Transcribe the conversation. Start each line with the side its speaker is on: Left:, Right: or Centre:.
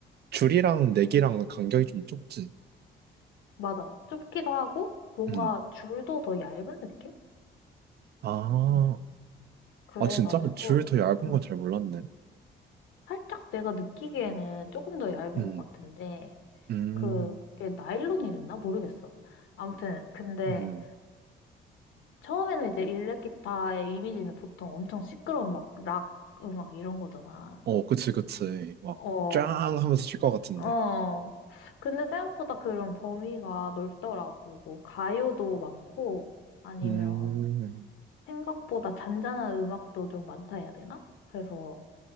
Right: 줄이랑 내기랑 간격이 좀 좁지.
Left: 맞아. 좁기도 하고, 뭔가
Right: 음.
Left: 줄도 더 얇은 느낌?
Right: 아,
Left: 음, 그래가지고,
Right: 아, 진짜? 줄 더 얇은
Left: 음,
Right: 건 잘 몰랐네.
Left: 살짝 내가 느끼기에는 조금 더 얇은
Right: 음,
Left: 것 같은데,
Right: 음,
Left: 그게 나일론이랬나? 모르겠어. 아무튼, 근데
Right: 음.
Left: 처음에는 이제 일렉 기타의 이미지는 보통 엄청 시끄러운 막 락 음악 이런 거잖아.
Right: 어, 그치, 그치. 막,
Left: 어,
Right: 짱 하면서 칠 것 같은데.
Left: 어. 근데 생각보다 그런 범위가 넓더라고. 뭐, 가요도 많고, 아니면
Right: 음,
Left: 생각보다 잔잔한 음악도 좀 많다 해야 되나? 그래서